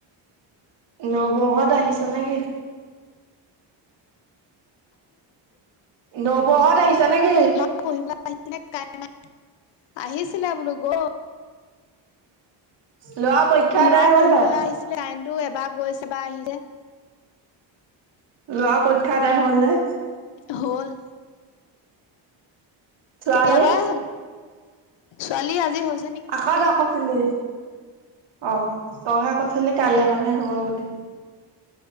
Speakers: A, on the right; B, on the left.
A: নবৌহঁত আহিছে নে কি? নবৌহঁত আহিছে নে কি?
B: ল'ৰা <unintelligible> আহিছিলে বোলো গ'ল৷
A: ল'ৰা পৰীক্ষা
B: ল'ৰা
A: আদায় হ'ল
B: পঢ়িবলৈ
A: নাই?
B: আহিছিলে, কাৰেন্টটো এবা গৈছে, এবা আহিছে৷
A: ল'ৰা পৰীক্ষা আদায় হ'ল নে?
B: হ'ল৷
A: ছোৱালী
B: কেতিয়াবাই হ'ল৷ ছোৱালীৰ আজি হৈ
A: আকৌ তই কছিলি৷ অ' তইহে কৈছিলি কাইলে মানে হ'ব বুলি৷